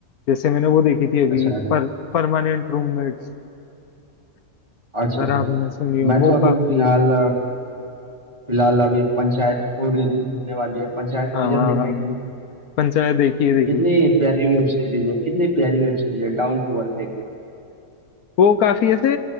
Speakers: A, on the left; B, on the right.
A: जैसे मैंने वो देखी थी अभी
B: अच्छा
A: पर परमानेंट रूममेट्स
B: अच्छा
A: अगर
B: अच्छा
A: आपने सुनी हो
B: मैं
A: वो
B: तो अभी
A: काफी
B: फिलहाल फिलहाल अभी पंचायत फोर रिलीज होने वाली है पंचायत सीजन
A: हाँ
B: देखा है कि नहीं
A: पंचायत देखी है देखी
B: कितनी प्यारी वेब सीरीज है कितनी प्यारी वेब सीरीज है डाउन टू अर्थ एकदम
A: वो काफी ऐसे